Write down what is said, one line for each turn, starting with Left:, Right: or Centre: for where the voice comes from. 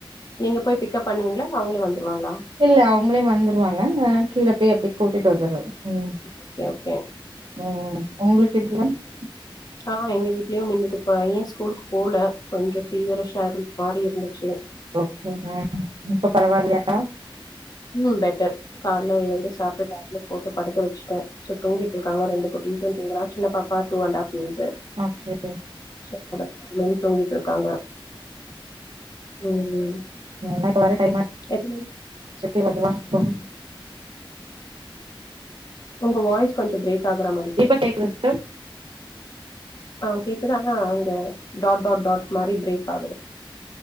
Left: நீங்க போய் பிக்கப் பண்ணுவீங்ளா இல்ல அவங்ளே வந்துருவாங்ளா
Right: இல்ல அவுங்ளே வந்துருவாங்க அ கீழ பேய் அப்டே கூட்டிட் வந்துரு ம்
Left: ஓகே ஓகே
Right: ம் ம் உங்ளுக்கு எ <unintelligible>
Left: ஆ எங்க வீட்லியும் இன்னிக்கி பைய ஸ்கூலுக் போல கொஞ்ச பீவரிஷ்ஷா இருந் மாறி இருந்துச்சு
Right: ஓகே ம் ம் இப்ப பரவால்யா
Left: ம் பெட்டர் கால்ல எழுந்து சாப்ட்டு டேப்லெட் போட்டு படுக்க வெச்சுட்ட தூங்கிட்ருக்காங்க ரெண்டு குட்டீஸு தூங்குறா சின்னப்பா two and half years
Right: okay
Left: <unintelligible> தூங்கிட்ருக்காங்க ம் ம்
Right: அதலா இப்ப வர டைம்மா
Left: <unintelligible>
Right: செட்டு மட்டு தா <inaudible>
Left: உங்க வாய்ஸ் கொஞ்சோ பிரேக் ஆகுற மாரி இருக்கு
Right: இப்ப கேக்குதா சிஸ்டர்
Left: ஆ கேக்குது ஆனா அந்த டாட் டாட் டாட் மாரி பிரேக் ஆகுது